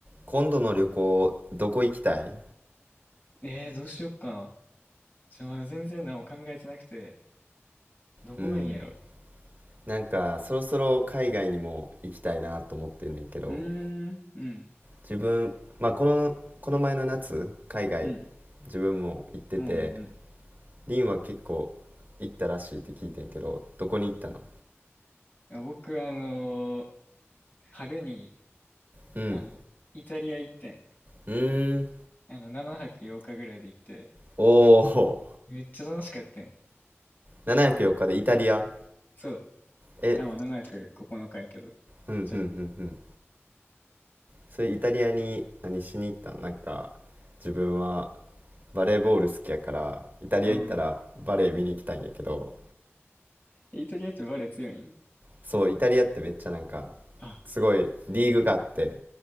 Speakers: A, on the right; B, on the left.
A: 今度の旅行どこ行きたい
B: えー、どうしよっか。ちょ、まだ全然何も考えてなくて、どこがいいんやろ。
A: うんなんかそろそろ海外にも行きたいなと思ってんねんけど
B: うーん、うん、
A: 自分まあこのこの前の夏海外
B: うん、
A: 自分も行ってて
B: うん、うん。い
A: リンは結構行ったらしいって聞いてんけどどこに行ったの
B: や僕は、あのー春に、
A: うん
B: あの、イタリア行ってん。
A: うーん
B: あの、7泊8日ぐらいで行って、
A: おお
B: めっちゃ楽しかったん。
A: 704日でイタリア
B: そう。
A: え
B: あ、まあ、7泊9日やけど。
A: うんうんうんうん
B: ちょっと、
A: それイタリアに何しに行ったのなんか自分はバレーボール好きやからイタリア行ったらバレー見に行きたいんやけど
B: うん。イタリアってバレエ強いん
A: そうイタリアってめっちゃなんか
B: あ、
A: すごいリーグがあって